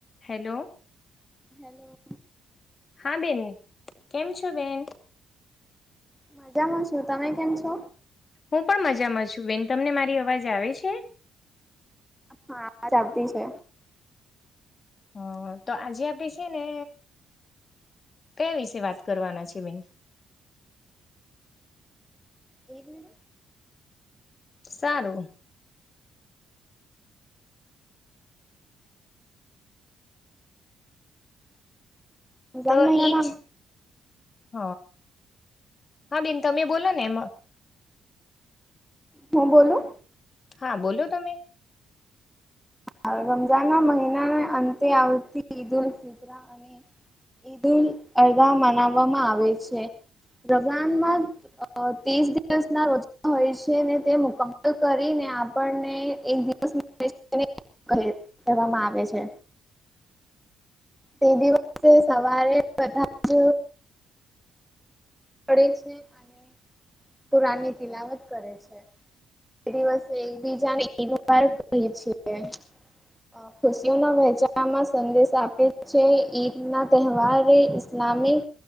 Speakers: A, on the left (about 40°); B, in the centre.
A: Hello
B: hello
A: હા, બેન કેમ છો બેન?
B: મજામાં છું, તમે કેમ છો?
A: હું પણ મજામાં છું બેન, તમને મારી અવાજ આવે છે?
B: હા, અવાજ આવતી છે.
A: હ, તો આજે આપે સે ને, કયા વિશે વાત કરવાના છે, બેન
B: એવું
A: સારું
B: રમઝાન
A: તો
B: મહિનાના
A: ઇજ, હ.. હા, બેન તમે બોલોને એમાં
B: હું બોલું?
A: હા, બોલો તમે
B: અ.. રમજાના મહિનાને અંતે આવતી ઈદો <unintelligible> અને ઈદો, અગા મનાવવામાં આવે છે, રઝાનમાં અ તીસ દિવસના રોજ હોય છે, ને તે મુકમલ કરીને આપણને એક દિવસ ની કહે, કેવામાં આવે છે. તે દિવસે સવારે બધા જ પડે છે અને પુરાની તિલાવત કરે છે. એ દિવસે એકબીજાને ઇદ મુબારક કહીએ છીએ. અ ખુશીઓના વહેંચાણમાં સંદેશ આપે છે, ઈદના તહેવારે ઇસલામિક